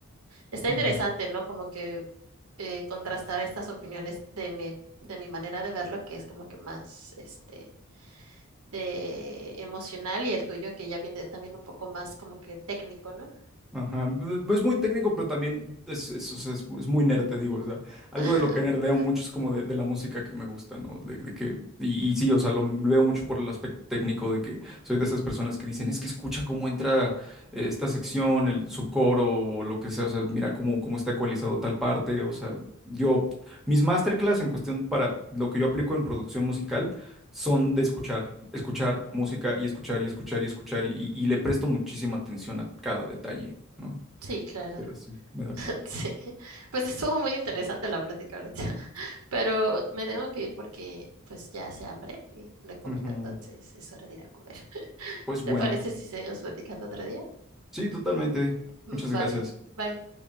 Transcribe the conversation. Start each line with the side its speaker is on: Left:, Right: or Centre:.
Right: está
Centre: ujú.
Right: interesante, ¿no? Como que eh, contrastar estas opiniones de mi, de mi manera de verlo, que es como que más, este, de emocional y el tuyo, que ya viene también un poco más como que técnico, ¿no?
Centre: Ajá, b- es muy técnico, pero también es, es, o sea, es- es muy nerd, te digo, o sea, algo
Right: <laughs>
Centre: de lo que nerdeo mucho es como de, de la música que me gusta, ¿no? De, de que, y, y sí, o sea, lo veo mucho por el aspecto técnico de que soy de esas personas que dicen, es que escucha cómo entra eh, esta sección, el subcoro o lo que sea, o sea, mira cómo, cómo está ecualizado tal parte, o sea, yo, mis masterclass en cuestión para lo que yo aplico en producción musical son de escuchar escuchar música y escuchar y escuchar y escuchar y, y- y le presto muchísima atención a cada detalle, ¿no?
Right: Sí, claro.
Centre: Pero sí, me da...
Right: <laughs> Sí. Pues estuvo muy interesante la plática ahorita. Pero me tengo que ir porque pues ya hace hambre y no he comido,
Centre: Ujú.
Right: entonces es hora de ir a comer. <laughs>
Centre: Pues bueno,
Right: ¿Te parece si seguimos platicando otro día?
Centre: sí, totalmente.
Right: Mm,
Centre: Muchas
Right: Vale,
Centre: gracias.
Right: bye.